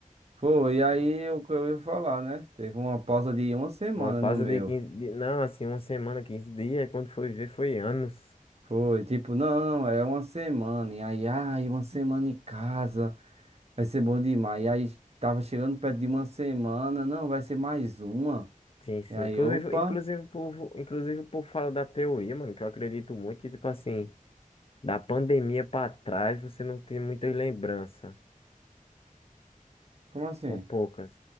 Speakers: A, on the right; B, on the left.
A: foi, e aí o que eu ia falar, né? Teve uma pausa de uma semana
B: Uma pausa
A: no meu.
B: de 15 dias, não, assim, uma semana, 15 dias, e quando foi ver, foi anos.
A: Foi, tipo, não, é uma semana, e aí, ai, uma semana em casa. Vai ser bom demais. E aí tava chegando perto de uma semana. Não, vai ser mais uma.
B: Sim, sim.
A: E aí,
B: Inclusive,
A: opa,
B: inclusive, o povo, inclusive o povo fala da teoria, mano, que eu acredito muito que, tipo assim, da pandemia pra trás você não tem muitas lembranças.
A: como assim?
B: São poucas.